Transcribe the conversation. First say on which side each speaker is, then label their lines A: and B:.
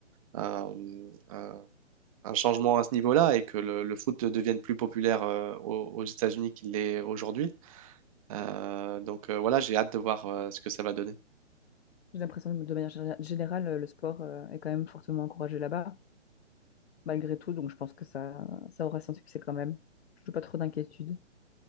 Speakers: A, on the right; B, on the left.
A: un, un- un changement à ce niveau-là et que le, le foot devienne plus populaire euh, aux, aux États-Unis qu'il l'est aujourd'hui. Euh, donc euh, voilà, j'ai hâte de voir euh, ce que ça va donner.
B: j'ai l'impression que de manière gé- générale, le sport euh, est quand même fortement encouragé là-bas, malgré tout, donc je pense que ça, ça aura son succès quand même. Je n'ai pas trop d'inquiétude.